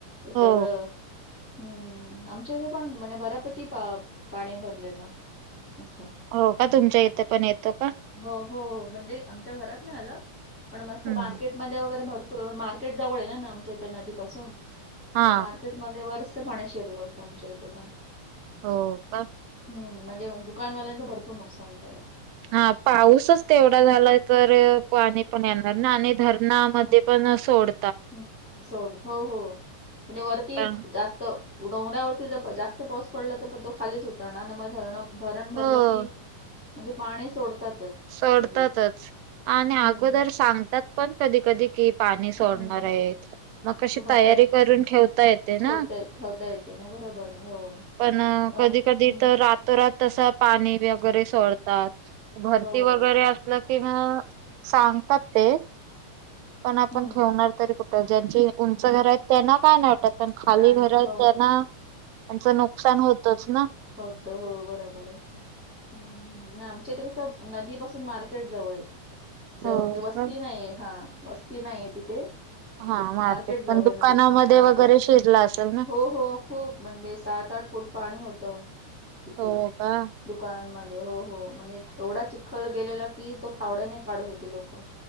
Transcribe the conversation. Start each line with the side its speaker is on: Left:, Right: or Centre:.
Right: हो
Centre: सगळं हम्म हम्म हम्म., आमच्या इथं पण म्हणजे बऱ्यापैकी पा पाणी भरलेलं. असं.
Right: हो का? तुमच्या इथे पण येतो का?
Centre: हो हो हो. म्हणजे आमच्या घरात नाही आलं, पण मस्त
Right: हम्म
Centre: मार्केट मध्ये वगैरे भरपूर, मार्केट जवळ आहे ना आमच्या इथं नदी पासून. तर
Right: हा
Centre: मार्केट मध्ये बरचसं पाणी शिरलं होतं, आमच्या इथे पण. असं.
Right: हो का?
Centre: हम्म, मध्ये दुकानवाल्यांचं भरपूर नुकसान झालं.
Right: हा पाऊसच तेवढा झाला तर, पाणी पण येणार
Centre: हम्म
Right: ना आणि धरणामध्ये
Centre: हम्म.
Right: पण सोड
Centre: हम्म, सोड हो हो म्हणजे वरती
Right: पण
Centre: जास्त डोंगरावरती जर प जास्त पाऊस पडला, तर पण तो खालीच उतरणार. म धरणं धरण भरलं
Right: हो
Centre: की, म ते पाणी सोडतातच.
Right: सोडतातच.
Centre: म्हणजे
Right: आणि
Centre: हम्म
Right: अगोदर सांगतात पण कधी कधी की पाणी सोडणार
Centre: हम्म
Right: आहेत. मग कशी
Centre: हो पण
Right: तयारी
Centre: तर
Right: करून ठेवता येते
Centre: ठेवता
Right: ना.
Centre: ठेवता येते ना बरोबर आहे हो.
Right: पण कधी
Centre: आम-
Right: कधी
Centre: हम्म.
Right: तर, रातो रात तसं पाणी वगैरे सोडतात. भरती
Centre: हो
Right: वगैरे अस ल की मग सांगतात ते. पण आपण
Centre: हम्म
Right: ठेवणार तरी कुठे तर ज्यांची उंच घर आहेत, त्यांना काय नाही वाटतं. पण खाली
Centre: काय
Right: घर
Centre: नाही
Right: आहेत
Centre: हो
Right: त्यांना त्यांचं नुकसान होतंच ना.
Centre: होतं, हो बरोबर आहे. हम्म. नाही आमच्या इथे कसं, नदीपासून मार्केट जवळ आहे. असं
Right: हो
Centre: म्हणजे वस्ती
Right: का.
Centre: नाहीये, हा वस्ती नाही आहे तिथे.
Right: हा
Centre: मार्केट जवळ
Right: पण दुकानामध्ये
Centre: आहे नदीपासून हा
Right: वगैरे
Centre: त्याच्या,
Right: शिरला असेल ना.
Centre: हो हो खूप मंडे सात, आठ फूट पाणी होत तिथे
Right: हो का
Centre: दुकानांमध्ये, हो हो. म्हणजे एवढा चिखल गेलेला की, तो फावड्याने काढत होते ते लोकं.